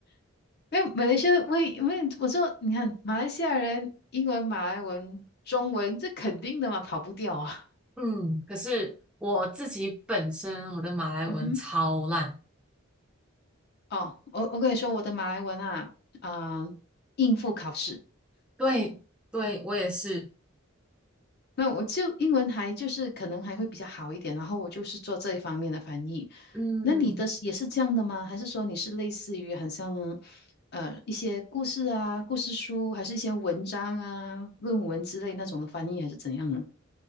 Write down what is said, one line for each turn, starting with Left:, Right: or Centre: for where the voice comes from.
Left: 因为马来西亚，为因为我说，你看马来西亚人英文、马来文、中文，这肯定的嘛，跑不掉啊。
Centre: 嗯，可是我自己本身我的马来文超烂。
Left: 嗯哼，哦，我我跟你说，我的马来文啊，啊、应付考试。
Centre: 对，对，我也是。
Left: 那我就英文还就是可能还会比较好一点，然后我就是做这一方面的翻译。
Centre: 嗯。
Left: 那你的是也是这样的吗？还是说你是类似于很像呃一些故事啊、故事书，还是一些文章啊、论文之类那种的翻译，还是怎样呢？